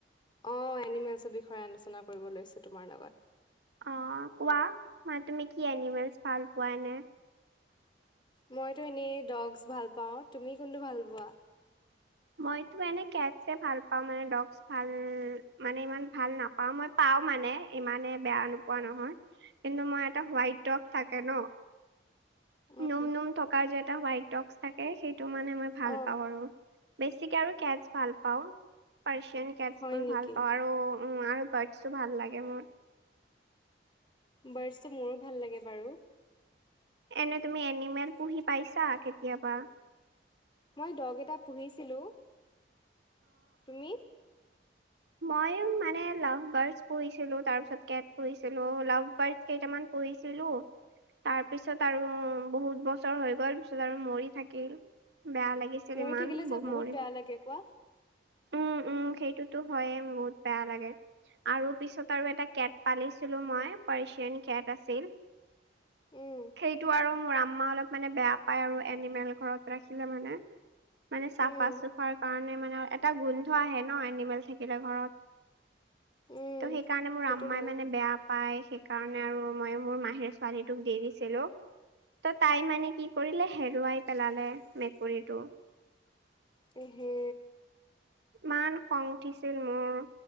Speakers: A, on the left; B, on the right.
A: অ' এনিমেলছৰ বিষয়ে আলোচনা কৰিব লৈছোঁ তোমাৰ লগত।
B: অ' কোৱা মই তুমি কি এনিমেলচ ভাল পোৱা এনে।
A: মইতো এনেই ডগছ ভাল পাওঁ। তুমি কোনটো ভাল পোৱা?
B: মইতো এনে কেটছে ভাল পাওঁ, মানে ডগছ ভাল মানে ইমান ভাল নাপাওঁ। মই পাওঁ মানে ইমানে বেয়া নোপোৱা নহয়। কিন্তু, মই এটা হোৱাইট ড'গ থাকে ন!
A: উম
B: নোম-নোম থকা যে এটা হোৱাইট ডগছ থাকে, সেইটো মানে মই ভাল
A: অ
B: পাওঁ আৰু বেছিকে আৰু কেটছ ভালপাওঁ। পাৰ্চিয়ান কেটছবোৰ
A: হয় নেকি
B: ভালপাওঁ আৰু ভাল লাগে মই <unintelligible>
A: বাৰ্চটো মোৰো ভাল লাগে বাৰু!
B: এনে তুমি এনিমেল পুহি পাইছা কেতিয়াবা?
A: মই ড'গ এটা পুহিছিলো। তুমি?
B: মইও মানে লাভ বাৰ্ডচ পুঢ়িছিলোঁ, তাৰ পিছত কেট পুঢ়িছিলো। লাভ বাৰ্ডচ কেইটামান পুঢ়িছিলোঁ, তাৰ পিছত আৰু
A: উ। <unintelligible>
B: বহুত বছৰ হৈ গ'ল পিছত আৰু মৰি থাকিল বেয়া লাগিছিল
A: মৰি
B: ইমান
A: থাকিলে যে
B: ব
A: বহুত
B: মৰি।
A: বেয়া লাগে কোৱা।
B: উ উ সেইটোতো হয়ে বহুত বেয়া লাগে। আৰু পিছত আৰু এটা কেট পালিছিলো মই, পাৰ্চিয়ান কেট আছিল।
A: উম
B: সেইটো আৰু মোৰ আম্মা অলপ। মানে বেয়া পায় আৰু এনিমেল ঘৰত ৰাখিলে মানে মানে চাফা-চুফাৰ
A: উম
B: কাৰণে। মে মানে এটা গোন্ধ আহে ন এনিমেল থাকিলে ঘৰত।
A: উম
B: ত' সেইকাৰণে মোৰ
A: সেইটো
B: আম্মাই
A: হয়
B: মানে বেয়া। পাই সেইকাৰণে আৰু মই মোৰ মাহিৰ ছোৱালীটোক দি দিছিলো। ত' তাই মানে কি কৰিলে হেৰুৱাই পেলালে মেকুৰীটো।
A: এহে।
B: ইমান খং উঠিছিল মোৰ।